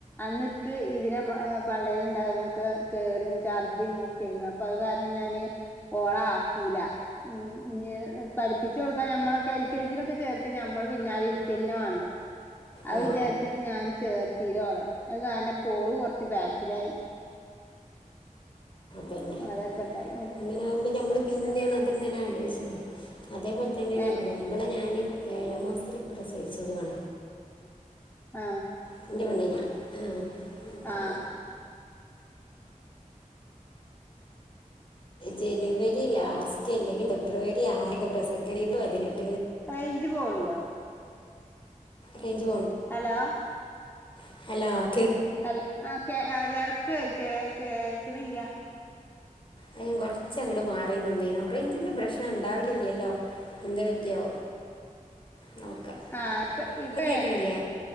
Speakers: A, on the left; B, on the left.
A: അന്നക്ക് ഇതിനെ പള്ളയില ഉണ്ടാവുന്നൊക്കെ കേടും ഛർദിയും ഒക്കെരുന്നു അപ്പൊ അത് കാരണം ഞാന് ഓള ക്കില ഇനിപഠി പിപ്പിച്ചച്ച് കൊടുക്കാൻ നമ്മളൊക്കെ എൽ കെ ജിയിലൊക്കെ ചേർത്ത് ഞമ്മള് പിന്നാലെ ഇരിക്കുന്നവേണ്ടേ അത്
B: ആ
A: വിചാരിച്ചിട്ട് ഞാൻ ചേർത്തീര അവളെ അത് കാരണം പോള് കൊറച്ച് ബാക്കിലായി
B: പിന്നെ
A: അതെപ്പ ഉണ്ടായി
B: അങ്ങനെ ആകുമ്പോ നമ്മള് പിന്നെയാണ് അതെങ്ങനെ ആലോച അതേപോലെ തന്നെയാണ്
A: ഏഹ്
B: ഇവള ഇവളെ ഞാന് ഏഴാം മാസത്തിൽ പ്രസവിച്ചതണ
A: ആ
B: എന്റെ പെണ്ണിനാ ആ അപ്പോൾ
A: ആ
B: ജനുവരി ലാസ്റ്റ് അല്ലെങ്കിൽ ഫെബ്രുവരി ആകെ പ്രസവിക്കണ ഇതു പതിനെട്ട്
A: റേഞ്ച് പോവണ്ടോ
B: റേഞ്ച്
A: ഹലോ
B: ആം
A: <unintelligible>
B: അ ഞാൻ കൊറച്ച അങ്ങട്മാറി നന്നീന റേഞ്ചിന്റെറെ പ്രശ്ന ഉണ്ടാവലില്ലല്ലോ എന്ത പറ്റിയോ
A: <inaudible>
B: നോക്കാം
A: ആഹ് ഇപ്പ
B: ഇപ്പം
A: ഇപ്പ
B: കേൾക്കണില്ലേ
A: കേകണ്ട്